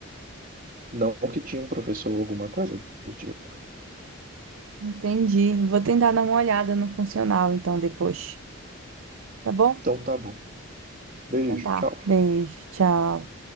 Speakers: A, on the right; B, on the right.
A: Não que tinha um professor ou alguma coisa do tipo.
B: Entendi. Vou tentar dar uma olhada no funcional então depois. Tá bom?
A: Então tá bom. Beijo,
B: Então tá.
A: tchau.
B: Beijo, tchau.